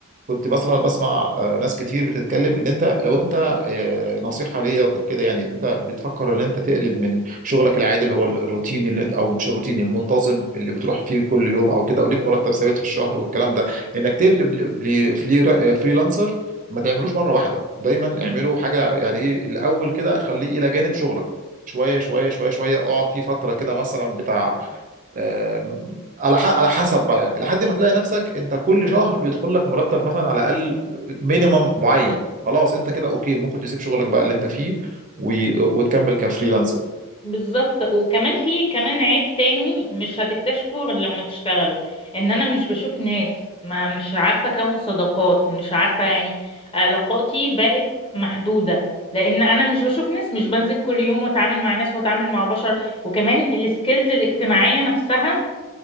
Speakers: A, on the right; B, on the left.
A: كنت مثلا بسمع آه، ناس كتير بتتكلم ان انت لو انت آه، نصيحه ليا وكانت كده يعني إن انت بتفكر ان انت تقلب من شغلك العادي اللي هو الروتيني اللي انت او مش الروتيني المنتظم اللي بتروح فيه كل يوم او كده او ليك مرتب ثابت في الشهر والكلام ده انك تقلب لفريلانسر ما تعملوش مره واحده دايما
B: فعلا.
A: اعملوا حاجه يعني ايه الاول كده خليه الى جانب شغلك شويه شويه شويه شويه اقعد فيه فتره كده مثلا بتاع آم، على ح- على حسب بقى يعني لحد ما تلاقي نفسك انت كل شهر بيدخل لك مرتب مثلا على الاقل مينيمم معين خلاص انت كده اوكي ممكن تسيب شغلك بقى اللي انت فيه و- وتكمل كفريلانسر
B: بالظبط وكمان في كمان عيب تاني مش هتكتشفه غير لما تشتغلوا ان انا مش بشوف ناس ما مش عارفه اكون صداقات مش عارفه يعني علاقاتي بقت محدوده لان انا مش بشوف ناس مش بنزل كل يوم واتعامل مع ناس واتعامل مع بشر وكمان السكيلز الاجتماعيه نفسها